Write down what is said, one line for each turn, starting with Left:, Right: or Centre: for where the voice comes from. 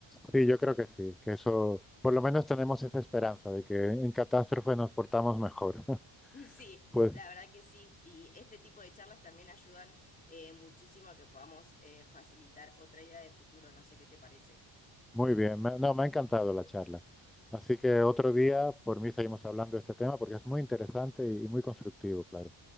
Centre: Sí, yo creo que sí, que eso, por lo menos tenemos esa esperanza de que en catástrofe nos portamos mejor. <laughs>
Left: <laughs> Sí,
Centre: Pues
Left: la verdad que sí. Y este tipo de charlas también ayudan eh, muchísimo a que podamos eh, facilitar otra idea de futuro. No sé qué te parece.
Centre: Muy bien, me- no, me ha encantado la charla. Así que otro día, por mí, seguimos hablando de este tema porque es muy interesante y y muy constructivo, claro.